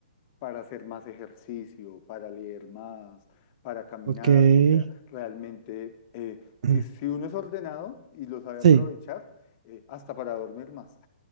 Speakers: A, on the left; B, on the right.
A: para hacer más ejercicio, para leer más, para caminar.
B: ok. <clears throat>
A: O sea, realmente, eh, si,
B: Mm.
A: si uno es ordenado y lo sabe aprovechar,
B: Sí.
A: eh, hasta para dormir más.